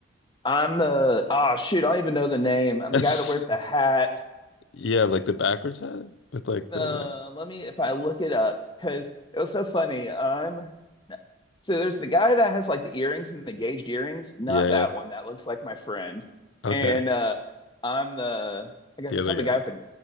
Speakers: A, on the left; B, on the left.
A: I'm the, oh shoot, I don't even know the name. I'm
B: <laughs>
A: the guy that wears the hat.
B: Yeah, like the backwards hat with like
A: Uh,
B: the
A: let me, if I look it up, because it was so funny. I'm, so there's the guy that has like the earrings and the gauged earrings, not
B: yeah, yeah.
A: that one. That looks like my friend.
B: Okay.
A: And uh I'm the I guess
B: The other
A: I'm
B: guy.
A: the guy with the